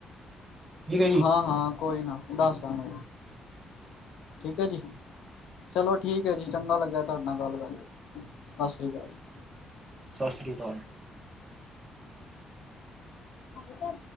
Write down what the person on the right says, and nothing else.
ਠੀਕ ਹੈ ਜੀ
ਸਤਿ ਸ਼੍ਰੀ ਅਕਾਲ